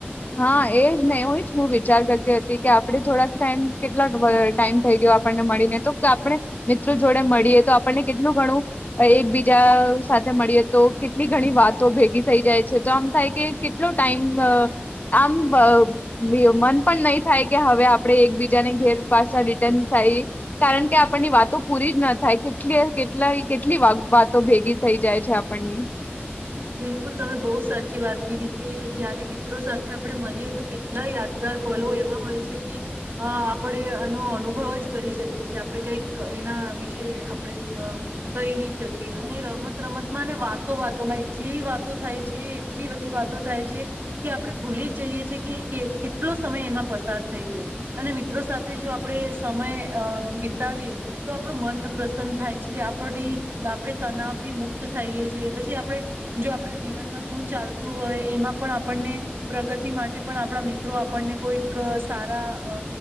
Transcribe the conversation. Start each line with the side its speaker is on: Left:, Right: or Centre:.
Left: હા, એ જ ને એવું જ હું વિચાર કરતી હતી કે આપણે થોડાક ટાઈમ કેટલા ટાઈમ થઈ ગયો આપણને મળીને તો કે આપણે મિત્રો જોડે મળીએ તો આપણને કેટલું ઘણું એકબીજા સાથે મળીએ તો કેટલી ઘણી વાતો ભેગી થઈ જાય છે તો આમ થાય કે કેટલો ટાઈમ અમ્મ- આમ અ પ મન પણ નહી થાય કે હવે આપણે એકબીજાને ઘેર પાછા રિટર્ન થાય કારણ કે આપણની વાતો પૂરી જ ના થાય કેટલી કેટલા કેટલી વાતો ભેગી થઈ જાય છે આપણની.
Right: બિલકુલ, તમે બહુ સાચી વાત કીધી કે જયારે મિત્રો સાથે આપણે મળીએ તો કેટલા યાદગાર પલો એવા હોય છે કે અ આપણે એનો અનુભવ જ કરી શકીએ છીએ આપણે કાઈક એના વિશે આપણે અ કઈ નહી શકીએ અને રમત રમતમાં અને વાતો વાતોમાં એટલી વાતો થાય છે એટલી બધી વાતો થાય છે કે આપણે ભૂલી જ જઈએ છે કે કેટલો સમય એમાં પસાર થઈ ગયો અને મિત્રો સાથે જો આપણે સમય અ વિતાવીએ તો આપણું મન પ્રસન્ન થાય છે આપણે-આપણે તનાવથી મુક્ત થઈએ છીએ, પછી આપણે જો આપણા જીવનમાં શું ચાલતું હોય એમાં પણ આપણને પ્રગતિ માટે પણ આપણા મિત્રો આપણને કોઈક સારા